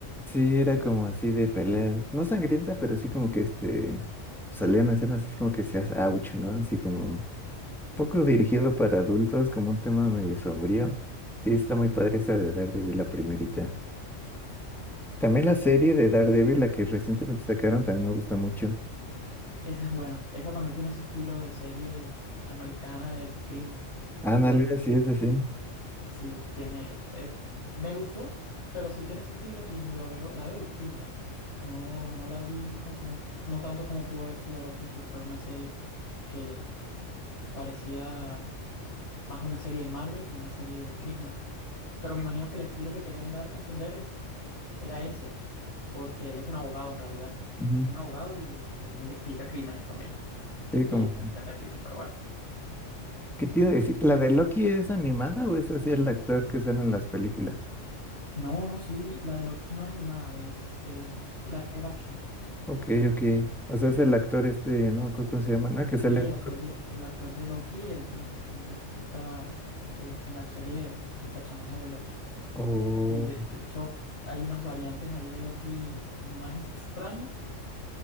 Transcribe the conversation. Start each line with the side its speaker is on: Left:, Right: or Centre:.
Centre: Sí, era como así de pelea, no sangrienta, pero así como que este salían escenas así como que seas ouch, ¿no? Así como poco dirigido para adultos, como un tema medio sombrío. Sí, está muy padre esa de Daredevil, la primerita. También la serie de Daredevil, la que recientemente sacaron, también me gusta mucho.
Left: Esa es buena. Esa también tiene ese estilo de serie americana de crimen.
Centre: Ándale,
Left: Por
Centre: sí, es así.
Left: sí, tiene. es- me gustó, pero sí tiene ese estilo y lo veo, la veo distinta. No, no la vi con- no, no tanto como pudo haber sido Loki, que fue una serie que parecía más una serie de Marvel que una serie de crimen. Pero me imagino que el estilo que querían dar a entender es- era ese, porque él es un abogado en realidad.
Centre: Ujú.
Left: Es un abogado y él investiga crímenes también.
Centre: Sí,
Left: Y
Centre: como,
Left: se enfrenta al crimen, pero bueno.
Centre: ¿qué te iba a decir? ¿La de Loki es animada o es así el actor que sale en las películas?
Left: No, no, sí, la de Loki no es animada, es, es live action.
Centre: Ok, ok. O sea, es el actor este, no me acuerdo cómo se llama, ¿no? Que sale.
Left: Y el actor de, el actor de Loki, él in- interpreta el- en la serie el personaje de Loki.
Centre: Oh,
Left: Y de, de hecho hay unas variantes ahí de Loki más extrañas,